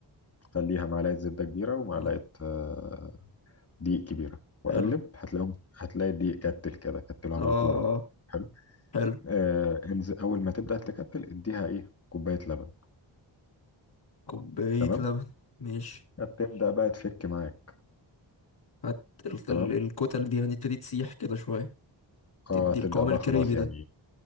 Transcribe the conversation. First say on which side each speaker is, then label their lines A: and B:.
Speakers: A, on the left; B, on the left.
A: خليها معلقه زبده كبيره ومعلقه
B: آه.
A: آه، دقيق كبيره وقلب
B: حلو
A: هتلاقيهم هتلاقي الدقيق كتل كده كتله
B: اه
A: عمل كوره
B: آه،
A: حلو
B: حلو
A: آه انزل اول ما تبدا تكتل اديها ايه كوبايه لبن
B: كوباية
A: تمام
B: لبن ماشي
A: هتبدا بقى تفك معاك
B: هت ال-
A: تمام
B: ال- الكتل دي هنبتدي تسيح كده شوية تدي
A: اه هتبدا
B: القوام
A: بقى
B: الكريمي
A: خلاص
B: ده
A: يعني